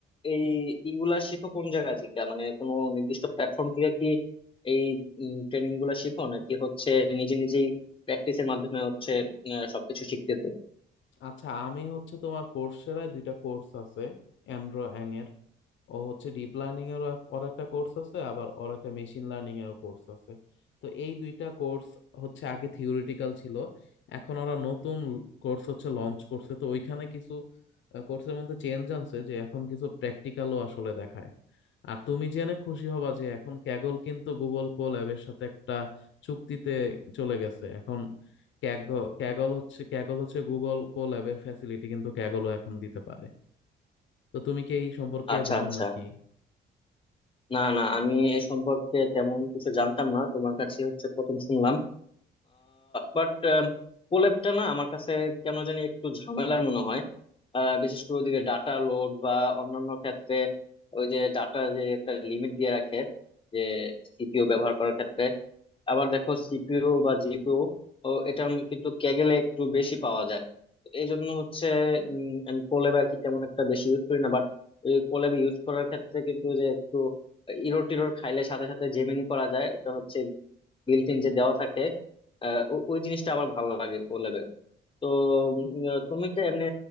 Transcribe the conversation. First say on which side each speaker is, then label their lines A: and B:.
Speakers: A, on the left; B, on the left.
A: এই ইগুলা শিখো কোন জায়গা থেকে মানে কোনো নির্দিষ্ট প্ল্যাটফর্ম থেকে কি এই ট্রেনিং গুলা শিখো নাকি হচ্ছে নিজে নিজেই প্র্যাকটিসের মাধ্যমে হচ্ছে আহ, সবকিছু শিখতেছো
B: আচ্ছা আমি হচ্ছে তোমার কোর্সেরায় দুইটা কোর্স আছে অ্যান্ড্রো অ্যাং এর ও হচ্ছে ডিপ লার্নিং এর ওর একটা কোর্স আছে আবার ওর একটা মেশিন লার্নিং এর কোর্স আছে তো এই দুইটা কোর্স হচ্ছে আগে থিওরিটিক্যাল ছিল এখন ওরা নতুন কোর্স হচ্ছে লঞ্চ করছে তো ওইখানে কিছু কোর্সের মধ্যে চেঞ্জ আনছে যে এখন কিছু প্র্যাকটিক্যালও আসলে দেখায় আর তুমি জেনে খুশি হবা যে এখন ক্যাগল কিন্তু গুগল কোল্যাবের সাথে একটা চুক্তিতে চলে গেছে এখন ক্যাগল ক্যাগল হচ্ছে ক্যাগল হচ্ছে গুগল কোল্যাবের ফ্যাসিলিটি কিন্তু ক্যাগলও এখন দিতে পারে তো তুমি কি এই সম্পর্কে
A: আচ্ছা
B: জানো
A: আচ্ছা
B: নাকি
A: না না আমি এ সম্পর্কে তেমন কিছু জানতাম না তোমার কাছে হচ্ছে প্রথম শুনলাম বাট কোলেবটা না আমার কাছে কেন জানি একটু ঝামেলার মনে হয় আহ, বিশেষ করে ওদিকে ডাটা লোড বা অন্যান্য ক্ষেত্রে ওই যে ডাটা যে একটা লিমিট দিয়ে রাখে যে সিপিইউ ব্যবহার করার ক্ষেত্রে আবার দেখো সিপিইউ বা জিপিইউ ও এটা কিন্তু ক্যাগেলে একটু বেশি পাওয়া যায় তো এই জন্য হচ্ছে উম, আমি কোলেব আর কি তেমন একটা বেশি ইউজ করি না বাট ওই কোলেব ইউজ করার ক্ষেত্রে কিন্তু যে একটু ইরো টিরোর খাইলে সাথে সাথে জেমিনি করা যায় এটা হচ্ছে বিল্ট ইন যে দেওয়া থাকে আহ, ও- ওই জিনিসটা আবার ভালো লাগে কোল্যাবের তো উম, আহ, তুমি কি এমনি